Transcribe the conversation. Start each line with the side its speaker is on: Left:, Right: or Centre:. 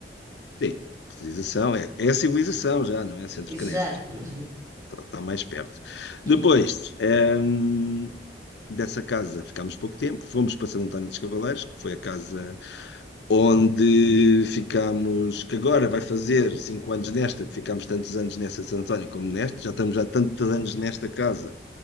Left: bem, sim, civilização, é, é a civilização já, não é centro
Right: Exato,
Left: canense.
Right: mais ou menos.
Left: Está mais perto.
Right: Uhum.
Left: Depois, ehm, dessa casa ficámos pouco tempo, fomos para Santo António dos Cavaleiros, que foi a casa onde ficámos, que agora vai fazer cinco anos nesta, que ficámos tantos anos nessa de Santo António como nesta, já estamos há tantos anos nesta casa